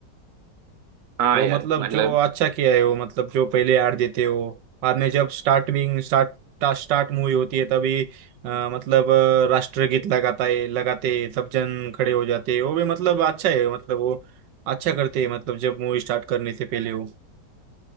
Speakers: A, on the right; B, on the right.
A: हाँ
B: वो
A: यार
B: मतलब
A: मतलब
B: जो अच्छा किया है वो मतलब जो पहले ऐड देते हो बाद में जब स्टार्टिंग स्टार्ट स्टार्ट मूवी होती है तभी अ, मतलब अ, राष्ट्रगीत लगाता है लगाते हैं, सब जन खड़े हो जाते हैं वो भी मतलब अच्छा है मतलब वो अच्छा करते हैं मतलब जब मूवी स्टार्ट करने से पहले वो